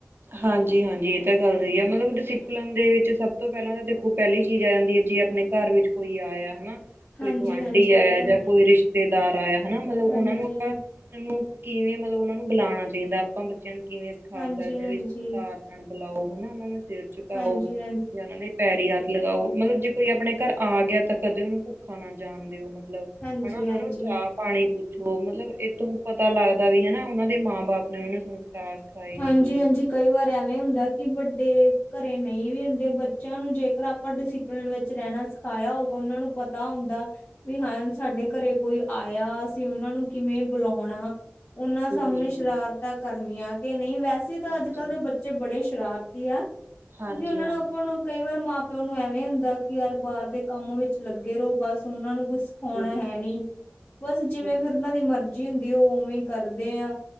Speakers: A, on the right (about 65°); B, on the left (about 55°).
A: ਹਾਂਜੀ ਹਾਂਜੀ ਇਹ ਤਾਂ ਗੱਲ ਸਹੀ ਆ ਮਤਲਬ ਡਿਸਿਪਲਨ ਦੇ ਵਿੱਚ ਸਭ ਤੋਂ ਪੈਲਾਂ ਤਾਂ ਦੇਖੋ ਪੈਲੀ ਚੀਜ਼ ਆ ਜਾਂਦੀ ਹੈ ਜੇ ਆਪ ਘਰ ਵਿੱਚ ਕੋਈ ਆਇਆ ਹਨਾ
B: ਹਾਂਜੀ-ਹਾਂਜੀ
A: ਕੋਈ ਗੁਆਂਢੀ ਆਇਆ
B: ਇਹ ਤਾਂ ਹੈ
A: ਜਾਂ ਕੋਈ ਰਿਸ਼ਤਾ ਰਿਸ਼ਤੇਦਾਰ ਆਇਆ ਹਨਾ ਮਤਲਬ ਉਹਨਾਂ
B: ਹਾਂਜੀ,
A: ਨੂੰ ਆਪਾਂ ਨੂੰ ਕਿਵੇਂ ਮਤਲਬ ਉਹਨਾਂ ਨੂੰ ਬੁਲਾਣਾ ਚਾਈਦਾ ਆਪਾਂ ਬੱਚਿਆਂ ਨੂੰ ਕਿਵੇਂ ਸਿਖਾ
B: ਹਾਂਜੀ
A: ਸਕਦੇ
B: ਹਾਂਜੀ
A: ਹਾਂ ਵੀ ਸਤਿਕਾਰ ਬੁਲਾਓ ਹਨਾ ਉਹਨਾਂ ਨੂੰ ਸਿਰ ਝੁਕਾਓ
B: ਹਾਂਜੀ, ਹਾਂਜੀ,
A: ਜਾਂ ਪੈਰੀ ਹੱਥ ਲਗਾਓ ਮਤਲਬ ਜੇ ਕੋਈ ਆਪਣੇ ਘਰ ਆ ਗਿਆ ਤਾਂ ਕਦੇ ਉਹਨੂੰ ਭੁੱਖਾ ਨਾ ਜਾਣ ਦਿਓ ਮਤਲਬ
B: ਹਾਂਜੀ,
A: ਹਨਾ
B: ਹਾਂਜੀ।
A: ਉਹ ਨੂੰ ਚਾ ਪਾਣੀ ਪੁੱਛੋ ਮਤਲਬ ਇਹਤੋਂ ਪਤਾ ਲੱਗਦਾ ਵੀ ਹਨਾ ਉਹਨਾਂ ਦੇ ਮਾਂ ਬਾਪ ਨੇ ਉਹਨਾਂ ਨੂੰ ਸੰਸਕਾ ਆਹੀ
B: ਹਾਂਜੀ,
A: ਨੀ ਤੂ
B: ਹਾਂਜੀ ਕਈ ਵਾਰ ਐਵੇਂ ਹੁੰਦਾ ਕਿ ਵੱਡੇ ਘਰੇ ਨਹੀਂ ਵੀ ਹੁੰਦੇ ਬੱਚਿਆਂ ਨੂੰ ਜੇਕਰ ਆਪਾਂ ਡਿਸਪਲਿਨ ਵਿੱਚ ਰਹਿਣਾ ਪਾਇਆ ਹੋਗਾ ਉਹਨਾਂ ਨੂੰ ਪਤਾ ਹੁੰਦਾ ਵੀ ਹਾਂ ਸਾਡੇ ਘਰੇ ਕੋਈ ਆਇਆ ਅਸੀਂ ਉਹਨਾਂ ਨੂੰ ਕਿਵੇਂ ਬੁਲਾਣਾ ਉਹਨਾਂ ਸਾਹਮਣੇ
A: ਬਿਲਕੁਲ
B: ਸ਼ਰਾਰਤ ਤਾਂ ਕਰਨੀੀਆਂ ਕਿ ਨਹੀਂ ਵੈਸੇ ਤਾਂ
A: ਹਾਂਜੀ
B: ਅੱਜ ਕੱਲ ਦੇ ਬੱਚੇ ਬੜੇ ਸ਼ਰਾਰਤੀ ਆ ਤੁਸੀ
A: ਹਾਂਜੀ
B: ਉਹਨਾ
A: ਹਾਂਜੀ
B: ਨੂੰ ਆਪਾਂ ਨੂੰ ਕਈ ਵਾਰ ਮਾਂ ਪਿਓ ਨੂੰ ਐਵੇਂ ਹੁੰਦਾ ਕਿ ਯਾਰ ਬਾਹਰ ਦੇ ਕੰਮ ਵਿੱਚ ਲੱਗੇ ਰਹੋ ਬਸ ਉਹਨਾਂ ਨੂੰ ਕੁਛ ਹੋਣਾ
A: ਬਿਲਕੁਲ
B: ਹੈ ਨੀ ਬਸ ਜਿਵੇਂ
A: ਬਿਲਕੁਲ
B: ਫਿਰ ਉਹਨਾਂ ਦੀ ਮਰਜ਼ੀ ਹੁੰਦੀ ਉਹ ਉਵੇਂ ਕਰਦੇ ਆਾਂ